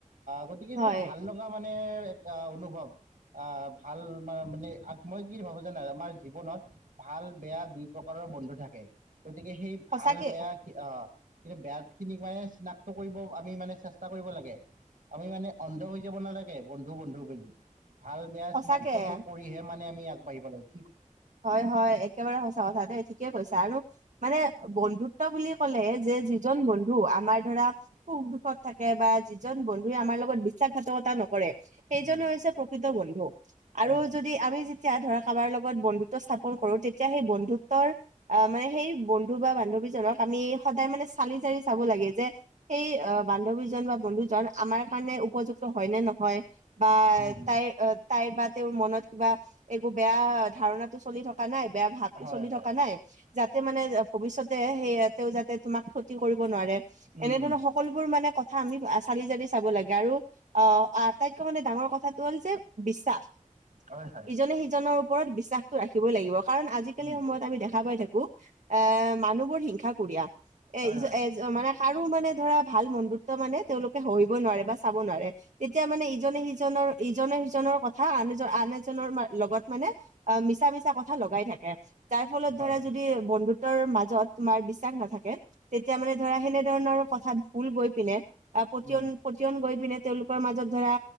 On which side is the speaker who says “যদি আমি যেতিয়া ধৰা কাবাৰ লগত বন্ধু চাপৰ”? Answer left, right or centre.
Right